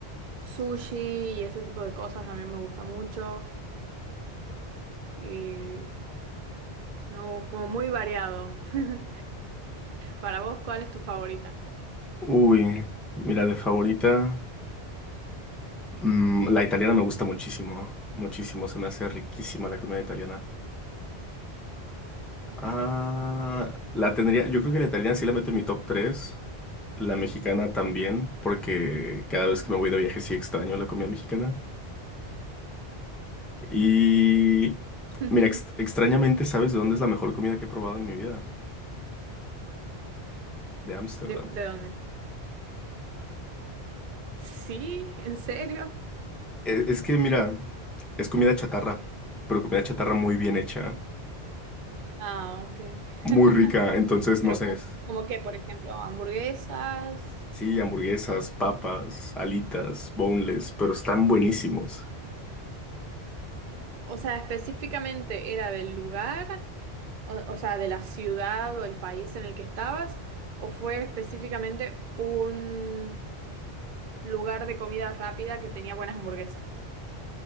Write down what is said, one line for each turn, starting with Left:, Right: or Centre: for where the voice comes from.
Right: sushi y ese tipo de cosas también me gusta mucho. Y no, como muy variado. <laughs> Para vos, ¿cuál es tu favorita?
Centre: Uy, mira, de favorita, mm, la italiana me gusta muchísimo, muchísimo, se me hace riquísima la comida italiana. Ah, la tendría, yo creo que la italiana sí la meto en mi top tres la mexicana también, porque cada vez que me voy de viaje sí extraño la comida mexicana. Y
Right: <laughs> ¿De,
Centre: mira, ex- extrañamente, ¿sabes de dónde es la mejor comida que he probado en mi vida? De Ámsterdam.
Right: de dónde? Sí, ¿en serio?
Centre: E- Es, que, mira, es comida chatarra, pero comida chatarra muy bien hecha,
Right: Ah, ok.
Centre: muy
Right: <laughs>
Centre: rica, entonces
Right: Pero
Centre: no sé.
Right: como,
Centre: es-
Right: como qué, por ejemplo, hamburguesas.
Centre: Sí, hamburguesas, papas, alitas, boneless, pero están buenísimos.
Right: O sea, específicamente era del lugar, o, o sea, de la ciudad o el país en el que estabas, o fue específicamente un lugar de comida rápida que tenía buenas hamburguesas, digamos.